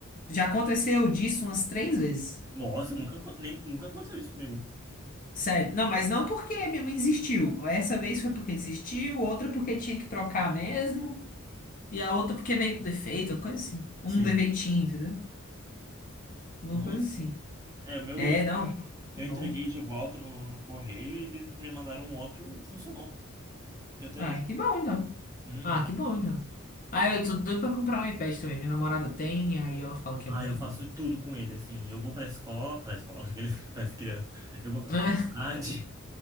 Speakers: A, on the left (about 40°); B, on the right (about 15°).
A: Já aconteceu disso umas três vezes.
B: nossa, nunca, acon- nem, nunca aconteceu isso comigo.
A: Sério. Não, mas não porque minha mãe insistiu. Essa vez foi porque desistiu, outra porque tinha que trocar mesmo, e a outra porque veio com defeito, uma coisa assim. Um
B: Sim,
A: defeitinho, entendeu? Alguma
B: nossa.
A: coisa assim.
B: É, o meu,
A: É, não. Tá
B: eu
A: bom.
B: entreguei de volta no, no correio e eles me mandaram um outro e funcionou, que até
A: Ah,
B: hoje.
A: que bom então.
B: Uhum.
A: Ah, que bom então. Ah, eu tô doido pra comprar um iPad também. Minha namorada tem, aí ela fala que é
B: Ah,
A: muito
B: eu faço
A: bom.
B: tudo com ele, assim. Eu vou pra escola, pra escola, <laughs> aqueles, para crianças. Eu vou pra
A: <laughs>
B: faculdade.